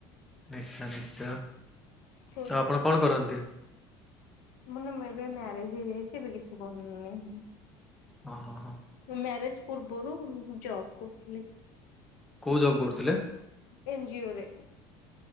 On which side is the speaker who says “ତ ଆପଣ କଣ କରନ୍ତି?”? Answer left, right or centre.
Centre